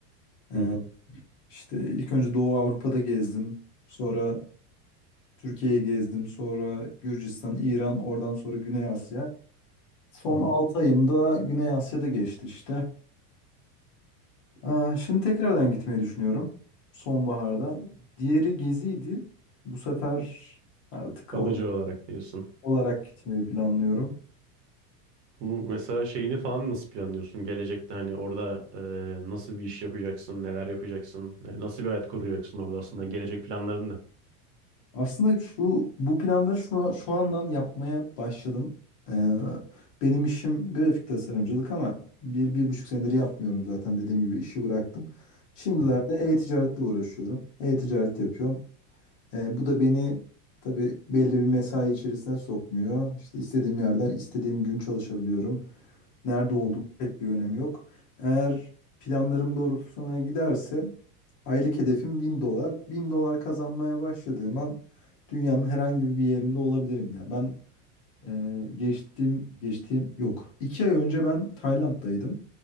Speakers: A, on the left (about 25°); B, on the right (about 80°).
A: Ee,
B: Hı hı,
A: işte ilk önce Doğu Avrupa'da gezdim. Sonra Türkiye'yi gezdim. Sonra Gürcistan, İran, oradan sonra Güney Asya. Son
B: hı hı.
A: 6 ayım da Güney Asya'da geçti işte. Ee, şimdi tekrardan gitmeyi düşünüyorum. Sonbaharda. Diğeri geziydi. Bu sefer artık
B: Kalıcı
A: orada
B: olarak diyorsun.
A: olarak gitmeyi planlıyorum.
B: Bu mesela şeyini falan nasıl planlıyorsun? Gelecekte hani orada e, nasıl bir iş yapacaksın, neler yapacaksın, e, nasıl bir hayat kuracaksın orada aslında gelecek planların ne?
A: Aslında şu bu planları şu, şu andan yapmaya başladım. Ee, benim işim grafik tasarımcılık ama bir, bir buçuk senedir yapmıyorum zaten dediğim gibi işi bıraktım. Şimdilerde
B: Hı hı,
A: e-ticaretle uğraşıyorum. E-ticaret yapıyorum. Ee, bu da beni tabii belli bir mesai içerisine sokmuyor. İşte istediğim yerden istediğim gün çalışabiliyorum. Nerede olduğumun
B: hı hı,
A: pek bir önemi yok. Eğer planlarım doğrultusuna giderse aylık hedefim 1000 dolar. bin dolar kazanmaya başladığım an dünyanın herhangi bir yerinde olabilirim ya. Ben e, geçtiğim, geçtiğim yok. 2 ay önce ben Tayland'daydım.